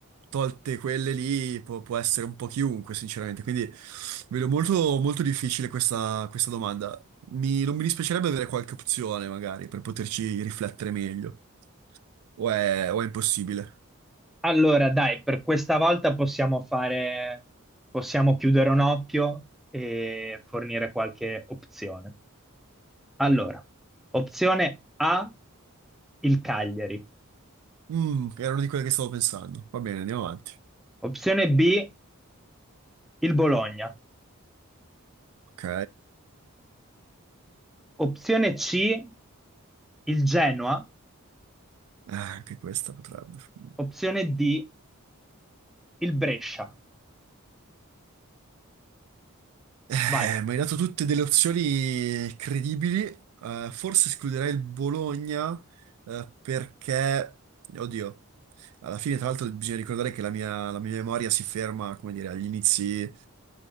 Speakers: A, on the right (about 80°); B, in the centre.
A: tolte quelle lì può, può essere un po' chiunque, sinceramente. Quindi vedo molto, molto difficile questa, questa domanda. Mi- non mi dispiacerebbe avere qualche opzione, magari, per poterci riflettere meglio. o è o è impossibile?
B: Allora, dai, per questa volta possiamo fare, possiamo chiudere un occhio e fornire qualche opzione. Allora, opzione A, il Cagliari,
A: Mm, era una di quelle che stavo pensando. Va bene, andiamo avanti.
B: opzione B, il Bologna,
A: Ok.
B: opzione C, il Genoa,
A: Ah, anche questa potrebbe. Mm.
B: opzione D, il Brescia.
A: Eh,
B: Vai,
A: mi hai dato tutte delle opzioni credibili. Eh, forse escluderei il Bologna, eh, perché, oddio, alla fine, tra l'altro, bisogna ricordare che la mia, la mia memoria si ferma, come dire, agli inizi, eh,